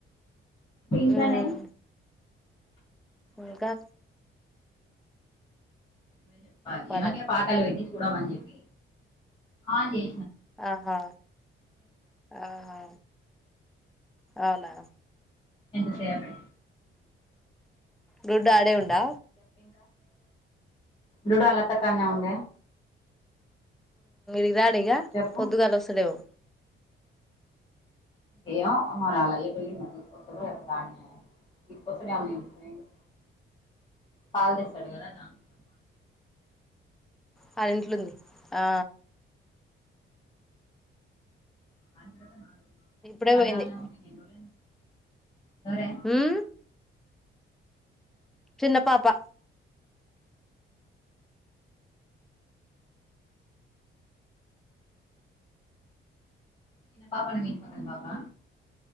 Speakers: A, on the left (about 25°); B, in the centre.
A: ఇంకానే
B: మ్మ్ ఇంకా
A: చెప్పు నువ్వే జెప్పాలి
B: చెప్పాలక్క
A: ఏమెకే పాటలు పెట్టి చూడమని జెప్ అగే
B: ఆహా ఆహా అవునా
A: ఎంత చేయలి
B: గుడ్డు ఆడే ఉడా
A: దడు లత కాదనే ఉండ
B: ఇ రాడిగా
A: చెప్పు
B: పొద్దుగాలు వస్తడేవు
A: ఏయ్యో మరి అలా అయ్య బలిమా తీసుకొస్తాడు లేకపో దాన్ని తీసుకొస్తాడు అడు పాలు తెస్తాడు కదా దాంతో పాటు
B: వాళ్ళ ఇంట్లో ఉందా ఆ
A: ఆంగ్ర నాలుగు
B: ఇప్పుడే
A: ఎా
B: పోయింది
A: ఉంట సరే
B: మ్మ్ చిన్న పాపా
A: చిన్న పాపన మీట్ పకం బాపా